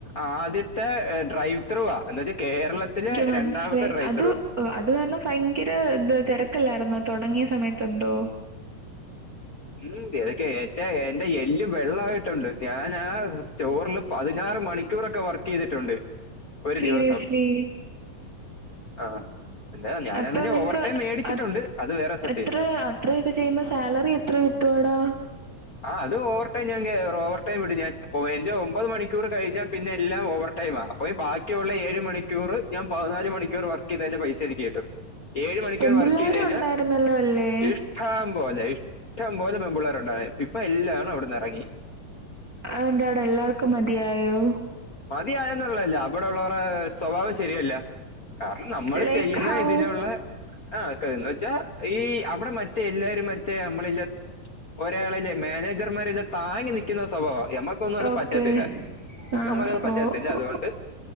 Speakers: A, on the left; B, on the right.
A: ആദ്യത്തെ ഡ്രൈവ് എത്ര രൂപ എന്ന് വെച്ചാ കേരളത്തിലെ
B: മനസിലായി
A: രണ്ടാമത്തെ ഡ്രൈവ്
B: അത്
A: ത്രൂ
B: അത് കാരണം ഭയങ്കര ന്ത തിരക്കല്ലായിുന്നോ? തുടങ്ങിയ സമയത്ത് എന്തോ?
A: ഉം തൊക്കെ ഏറ്റ എന്റെ എല്ല് വെള്ളമായിട്ടുണ്ട് ഞാൻ ആ സ്റ്റോറില് പതിനാല് ആറ് മണിക്കൂറൊക്കെ വർക്ക് ചെയ്തിട്ടുണ്ട്. ഒരു
B: സീരിയസ്ലീ
A: ദിവസം ആ എന്താ ഞാനതിന്റെ
B: അപ്പൊ നിങ്ങക്ക്
A: ഓവർ ടൈം മേടിച്ചിട്ടുണ്ട്
B: അ
A: അത് വേറെ സത്യം
B: എത്ര അത്രയൊക്കെ ചെയ്യുമ്പോ സാലറി എത്രെ? തൊടാ
A: ആ അത് ഓവർടൈംഞാൻകേറും ഓവർടൈം ഇടുംഞാൻഎന്റെ ഒമ്പത് മണിക്കൂർകഴിഞ്ഞാ പിന്നെ എല്ലാം ഓവർ ടൈമാ അപ്പോ ഈ ബാക്കിയുള്ള ഏഴ് മണിക്കൂറ് ഞാൻ പതിനാല് മണിക്കൂർ വർ നിക്ക് ‌ചെയ്തെന്റെ പൈസ എനിക്ക് കിട്ടും ഏഴ് മണിക്കൂർ
B: പെമ്പിള്ളാരും
A: വർക്ക് ചെയ്ത് കഴിഞ്ഞാൽ
B: ഉണ്ടായിരുന്നല്ലോ അല്ലേ?
A: ഇഷ്ടം പോലെ ഇഷ് ഇഷ്ടം പോലെ പെമ്പ്പിള്ളേര് ഉണ്ടായി. ഇപ്പൊ എല്ലാ എണ്ണവും അവിടുന്ന് എറങ്ങി.
B: അതെന്താടെ എല്ലാർക്കും മതിയായോ?
A: മതിയയെന്നുള്ളല്ല അവിടെ ഉള്ളവരുടെ സ്വഭാവം ശരിയല്ല. കാരണം നമ്മള്
B: ലൈക്ക്
A: ചെയ്യുന്ന
B: ഹൗ?
A: ഇതിനുള്ള ആ യേന്ന് വച്ചാ. ഈ അവിടെ മറ്റേ എല്ലാരും മറ്റേ നമ്മളില്ലേ ഒരാളില്ലേ മാനേജർമാരില്ലേ. താങ്ങി നിക്കുന്ന സ്വഭാവ എമ്മക്കൊന്നു അത്പറ്റത്തില്ല
B: ഓക്കെ. ആഹ്
A: നമ്മക്കത്പറ്റത്തില്ലഅതുകൊണ്ട്
B: ഓ ഓ.